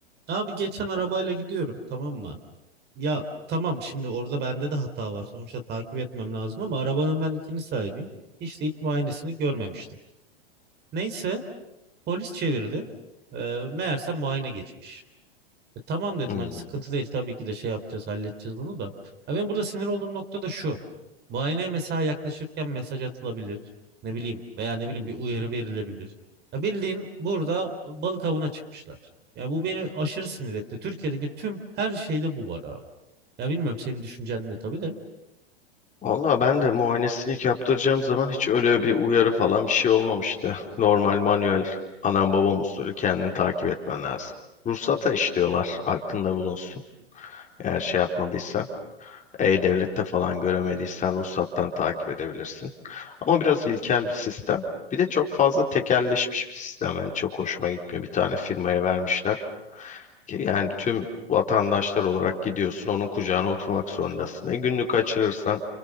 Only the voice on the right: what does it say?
Abi geçen arabayla gidiyorum tamam mı? Ya tamam şimdi orada bende de hata var. Sonuçta takip etmem lazım ama arabanın ben ikinci sahibiyim. Hiç de ilk muayenesini görmemiştim. Neyse polis çevirdi. Ee, meğerse muayene geçmiş. E, tamam dedim
hani sıkıntı değil tabii ki de şey yapacağız halledeceğiz bunu da. Ha, ben burada sinir olduğum nokta da şu. Muayeneye mesela yaklaşırken mesaj atılabilir. Ne bileyim veya ne bileyim bir uyarı verilebilir. Ya bildiğin burada balık avına çıkmışlar. Ya bu beni aşırı sinir etti. Türkiye'deki tüm her şeyde bu var abi. Ya bilmiyorum senin düşüncen ne tabii de.